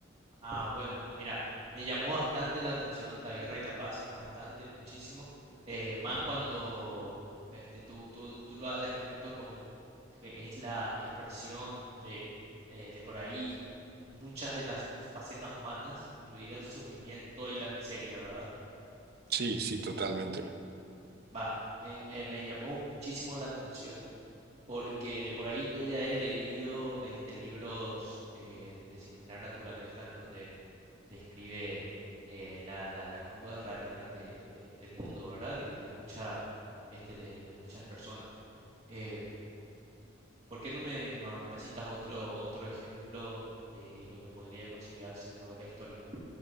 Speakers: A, on the right; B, on the right.
A: Ah, bueno, le- mira, me llamó bastante la atención la guerra y la paz, bastante, muchísimo, eh, más cuando este, tú, tú, tú lo has descrito como que es la expresión de, eh, de por ahí muchas de las facetas humanas, incluido el sufrimiento y la miseria, ¿verdad?
B: Sí, sí, totalmente.
A: Va, me, me, me llamó muchísimo la atención porque de por ahí yo ya he leído este, libros eh, de similar naturaleza en donde describe eh, la, la, la cruda realidad de, de- del mundo, ¿verdad? Y de muchas, este, de, de muchas personas. Em, ¿por qué no me, no, no me citas otro, otro ejemplo de lo que podría considerarse novela histórica?